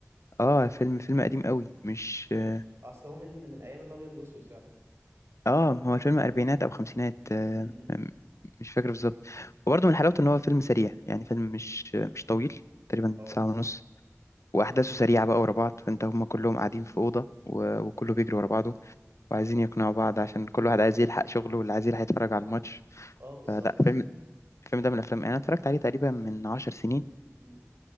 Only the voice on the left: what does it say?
اه فيلم فيلم قديم قوي مش اه
آه، هو الفيلم أربعينات أو خمسينات آه
م- مش فاكر بالظبط وبرضه من حلاوته إن هو فيلم سريع يعني فيلم مش مش
طويل تقريبا
ساعة ونص وأحداثه سريعة بقى ورا بعض فأنت هما كلهم قاعدين في أوضة و- وكله بيجري ورا بعضه وعايزين يقنعوا بعض عشان كل واحد عايز
يلحق شغله واللي عايز يلحق يتفرج على الماتش
فلا فيلم الفيلم ده من الأفلام يعني أنا اتفرجت عليه تقريبا من عشر سنين